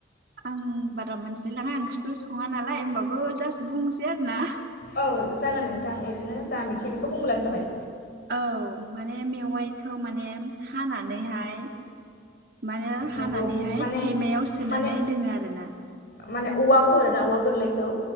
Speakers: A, on the right; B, on the left.
A: आं बारा मोनथिलायलाङा ओंख्रिखौ सङा नालाय होमबाबो जास्ट बुंसै आरो ना।
B: औ जागोन नोंथां ओरैनो जा मिथियो बेखौ बुंबोलानो जाबाय।
A: औ माने मेवाइखौ माने हानानैहाय माने
B: नंगौ
A: हानानैहाय
B: माने
A: थेमायाव सोनानै
B: माने
A: दोनो आरोना।
B: माने औवाखौ आरोना औवा गोरलैखौ